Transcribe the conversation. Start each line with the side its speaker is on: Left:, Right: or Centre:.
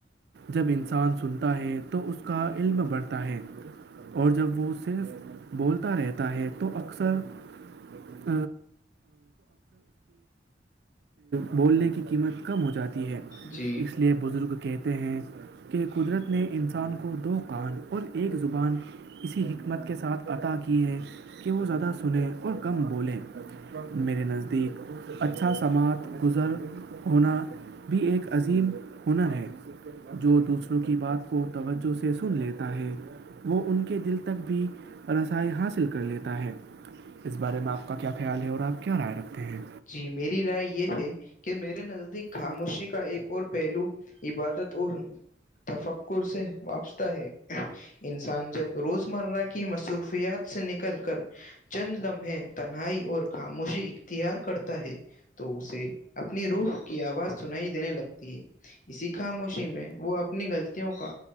Right: جب انسان سنتا ہے تو اس کا علم بڑھتا ہے اور جب وہ صرف بولتا رہتا ہے تو اکثر <inaudible> بولنے کی قیمت کم ہو جاتی ہے
Left: جی
Right: اس لیے بزرگ کہتے ہیں کہ قدرت نے انسان کو دو کان اور ایک زبان اسی حکمت کے ساتھ عطا کی ہے کہ وہ زیادہ سنیں اور کم بولیں میرے نزدیک اچھا سماعت گزر ہونا بھی ایک عظیم ہونا ہے جو دوسروں کی بات کو توجہ سے سن لیتا ہے وہ ان کے دل تک بھی رسائی حاصل کر لیتا ہے اس بارے میں آپ کا کیا خیال ہے اور آپ کیا رائے رکھتے ہیں
Left: جی میری رائے یہ ہے کہ میرے نزدیک خاموشی کا ایک اور پہلو عبادت اور تفکر سے وابستہ ہے انسان جب روز مرہ کی مصروفیات سے نکل کر چند لمحے تنہائی اور خاموشی اختیار کرتے ہے تو اسے اپنی روح کی آواز سنائی دینے لگتی ہے اسی خاموشی میں وہ اپنی غلطیوں کا